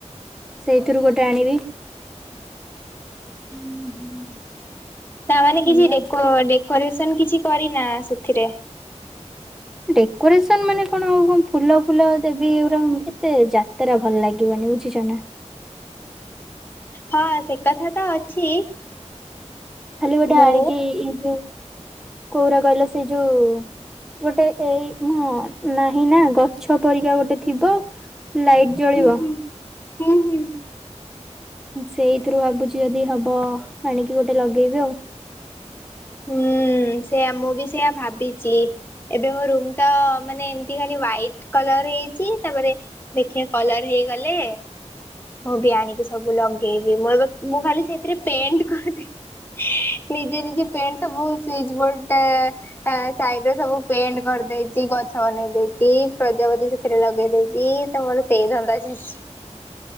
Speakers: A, in the centre; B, on the left.
A: ସେଇଥିରୁ ଗୋଟେ ଆଣିବି।
B: ହୁଁ ହୁଁ। ନା ମାନେ
A: ଏଇଆ
B: କିଛି
A: ଆଉ।
B: ଡେକୋ ଡେ। ରେଶନ କିଛି କରିନା ସେଥିରେ।
A: ଡେକୋରେସନ ମାନେ କଣ ଆଉ କଣ ଫୁଲ ଫୁଲ ଦେବି ଏଇ ଗୁରା ଏତେ ଯାତରା ଭଲ ଲାଗିବନି ବୁଝୁଛ ନା।
B: ହଁ ସେ କଥା ତ ଅଛି।
A: ଖାଲି ଗୋଟେ
B: ମୁଁ
A: ଆଣିକି ଏଇ ଏଇ ଯୋଉ। କୋଉରା କହିଲ ସେଇ ଯୋଉ ଗୋଟେ ଏଇ ନା ନାହିଁ ନା ଗଛ ପରିକା ଗୋଟେ ଥିବ ଲାଇଟ୍ ଜଳିବ।
B: ହୁଁ ହୁଁ। ହୁଁ ହୁଁ
A: ସେଇଥିରୁ ଭାବୁଛି ଯଦି ହବ ଆଣିକି ଗୋଟେ ଲଗେଇବି ଆଉ।
B: ହୁଁ ସେୟା ମୁଁ ବି ସେଇଆ ଭାବିଚି। ଏବେ ମୋ ରୁମ ତ ମାନେ ଏମତି ଖାଲି ହ୍ୱାଇଟ କଲର ହେଇଚି। ତାପରେ ଦେଖିବା କଲର ହେଇଗଲେ ମୁଁ ବି ଆଣିକି ସବୁ ଲଗେଇବି। ମୁଁ ଏବେ ମୁଁ ଖାଲି ସେଇଥିରେ ପେଣ୍ଟ କରିଦିଏ। ନିଜେ ନିଜେ ପେଣ୍ଟ ସବୁ ସୁଇଚ ବୋର୍ଡ ତା ଆ ସାଇଡରେ ସବୁ ପେଣ୍ଟ କରିଦେଇଚି, ଗଛ ବନେଇ ଦେଇଚି, ପ୍ରଜାପତି ସେଥିରେ ଲଗେଇ ଦେଇଚି ତ ମୋର ସେଇ ଧନ୍ଦା ଚାଲିଛି।